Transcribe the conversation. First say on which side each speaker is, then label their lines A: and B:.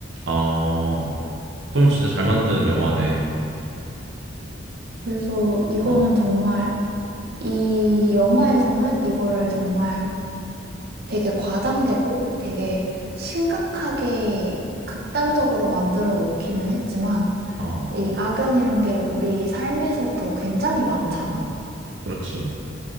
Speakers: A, on the right (about 70°); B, on the right (about 55°).
A: 어. 그럼 진짜 잘 만든 영화네.
B: 그래서 이거는
A: 어,
B: 정말 이 영화에서는 이거를 정말 되게 과장되고 되게 심각하게 극단적으로 만들어 놓기는 했지만
A: 어,
B: 이 악연이란 게 우리 삶에서도 굉장히 많잖아.
A: 그렇지.